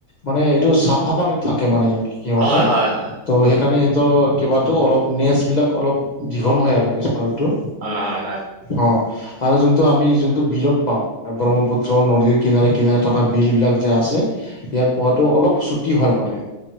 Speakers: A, on the left (about 50°); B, on the right (about 85°).
A: মানে এইটো চাফা পানীত থাকে মানে সিহঁতে।
B: হয় হয় হয় হয়
A: ত' সেইকাৰণে সিহতৰ কিবাটো অলপ নেচ বিলাক অলপ দীঘল হয় আৰু পিছফালতো
B: হয় হয় হয়।
A: অঁ আৰু যোনটো আমি যোনটো বিলত পাওঁ, এ ব্ৰহ্মপুত্ৰ নদীৰ কিনাৰে কিনাৰে থকা বিল বিলাক যে আছে ইয়াত পোৱাটো অলপ ছুটি হয় মানে।